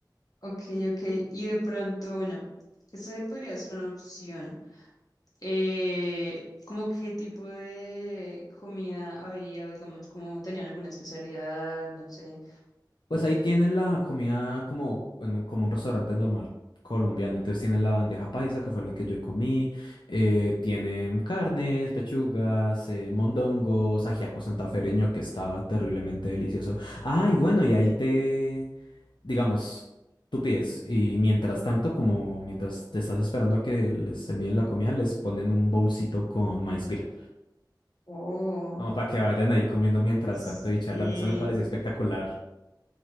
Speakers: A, on the left; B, on the left.
A: Ok, ok. Y de pronto, bueno, ese podría ser una opción. Eh, ¿cómo qué tipo de comida había? O digamos, ¿cómo tenían alguna especialidad? No sé.
B: Pues ahí tienen la comida como, en un, como un restaurante normal colombiano. Entonces tienen la bandeja paisa, que fue la que yo comí. eh, tienen carnes, pechugas, eh, mondongos, ajiaco santafereño, que estaba terriblemente delicioso. Ay, bueno, y ahí te, digamos, tú pides. Y mientras tanto, como mientras te estás esperando a que les envíen la comida, les ponen un bolsito con maíz pira.
A: Oh,
B: Como para que vayan ahí comiendo mientras
A: sí.
B: tanto y charlando. Eso me pareció espectacular.